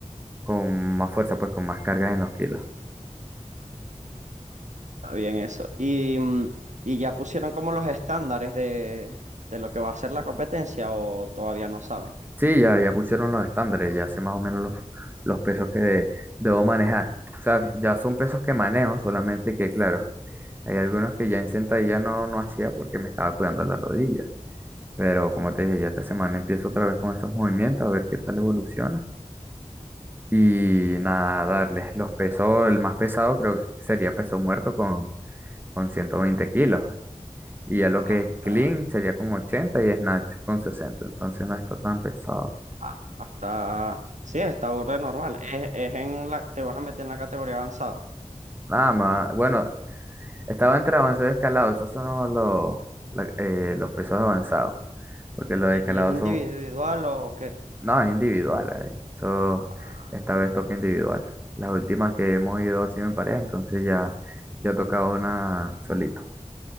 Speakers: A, on the right (about 15°); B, on the right (about 70°).
A: con más fuerza, pues con más cargas en los kilos.
B: Está bien eso. Y, mm, y ya pusieron como los estándares de, de lo que va a ser la competencia o todavía no saben.
A: Sí, ya, ya pusieron los estándares, ya sé más o menos los, los pesos que debo manejar. O sea, ya son
B: Y-
A: pesos
B: que-
A: que manejo, solamente que, claro. Hay algunos que ya en sentadilla no, no hacía porque me estaba cuidando las rodillas. Pero como te dije, ya esta semana empiezo otra vez con esos movimientos, a ver qué tal evoluciona. Y nada, darles los pesos, el más pesado creo que sería peso muerto con, con 120 kilos. Y ya
B: Ajá,
A: lo que es
B: está,
A: clean sería con 80 y snatch con 60. Entonces no está tan pesado.
B: ah, hasta, sí, está burda de normal. Es, es en la, te vas a meter en la categoría avanzado.
A: Nada más, bueno, estaba entre avanzado y escalado. Estos son los, la- eh, los pesos avanzados. Porque los
B: ¿Y
A: escalados
B: es, y es individual
A: son,
B: o qué?
A: No, es individual ahí. Eso,
B: Ah,
A: esta vez toca individual. Las últimas que hemos ido ha sido en pareja, entonces ya, ya toca una solito.